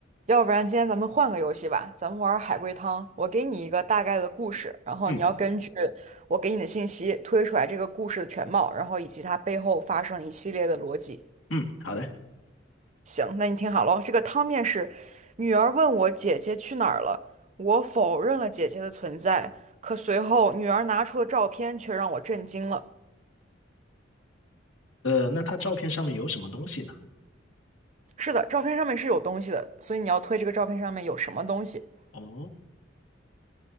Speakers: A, on the right (about 35°); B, on the left (about 85°).
A: 要不然今天咱们换个游戏吧，咱们玩海龟汤。我给你一个大概的故事，然后你要根据
B: 嗯
A: 我给你的信息推出来这个故事的全貌，然后以及它背后发生一系列的逻辑。
B: 嗯，好的。
A: 行，那你听好了哦，这个汤面是：女儿问我姐姐去哪儿了，我否认了姐姐的存在，可随后女儿拿出的照片却让我震惊了。
B: 呃，那他照片上面有什么东西呢？
A: 是的，照片上面是有东西的，所以你要推这个照片上面有什么东西。
B: 哦，